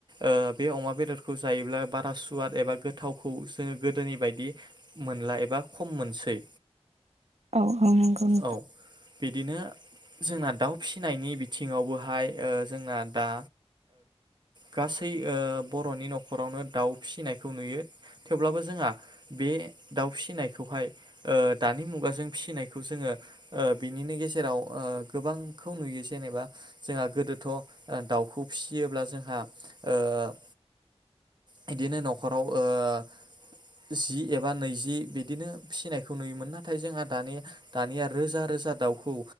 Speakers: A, on the right; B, on the right.
A: ओ बे अमा बेदरखौ जायोब्ला बारा सुवाद एबा गोथावखौ जोङो गोदोनि बायदि मोनला एबा खम मोनसै
B: औ औ नंगौ नोंथां
A: औ बिदिनो जोंना दाउ फिसिनायनि बिथिं सिङावबोहाय ओ जोंना दा गासै ओ बरनि नखरावनो दाउ फिसिनायखौ नुयो थेवब्लाबो जोंहा बे दाउ फिसिनायखौहाय दानि मुगाजों फिसिनायखौ जोङो बिनिनो गेजेराव गोबांखौ नुयो जेनेबा जोंहा गोदोथ दाउखौ फिसियोब्ला जोंहा ओ बिदिनो नखराव ओ जि एबा नैजि बिदिनो फिसिनायखौ नुयोमोन नाथाय जोंहा दानि दानिया रोजा रोजा दाउखौ